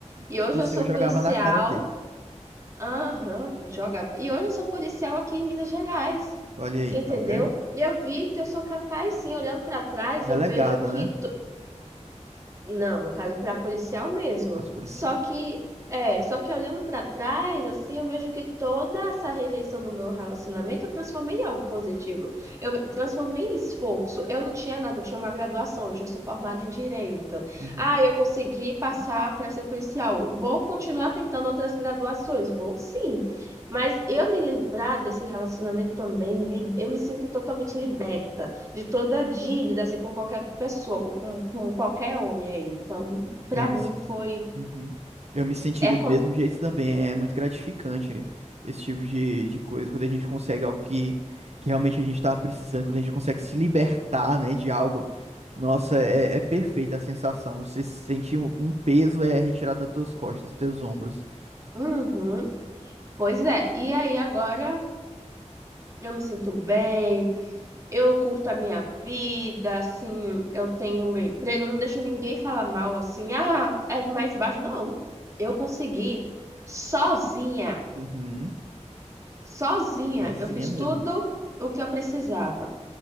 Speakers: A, on the right; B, on the right.
A: E
B: Se
A: hoje
B: fosse
A: eu sou
B: eu, jogava
A: policial
B: na cara dele.
A: Aham, jogava. E hoje eu sou policial aqui em Minas Gerais,
B: Olha aí,
A: entendeu?
B: tá vendo?
A: E eu vi que eu sou capaz, sim. Olhando para trás,
B: Delegada,
A: eu vejo que
B: né?
A: não, no caso para policial mesmo.
B: As policial.
A: Só que é, só que olhando para trás, assim, eu vejo que toda essa rejeição no meu relacionamento eu transformei em algo positivo. Eu transformei em esforço. Eu não tinha nada, eu tinha uma graduação, hoje eu sou formada em direito.
B: Uhum.
A: Ah, eu consegui passar para ser policial. Vou continuar tentando outras graduações, vou sim. Mas eu me livrar desse relacionamento também, me li- eu me sinto totalmente liberta de toda a dívida, assim, com qualquer pessoa, com, com- com qualquer homem aí. Então, pra
B: É, Eu
A: mim
B: me
A: foi.
B: Uhum. Eu me sentiria
A: É
B: do
A: como.
B: mesmo jeito também. É muito gratificante esse tipo de, de coisa, quando a gente consegue algo que, que realmente a gente estava precisando, quando a gente consegue se libertar, né, de algo. Nossa, é, é perfeita a sensação. Você sentir um, um peso é retirado das tuas costas, dos teus ombros.
A: Uhum, pois é. E aí agora eu me sinto bem, eu curto a minha vida, assim, eu tenho meu emprego, eu não deixo ninguém falar mal, assim, ah, é do mais baixo. Não, eu consegui sozinha,
B: Uhum.
A: sozinha.
B: Sozinha
A: Eu fiz
B: mesmo.
A: tudo o que eu precisava,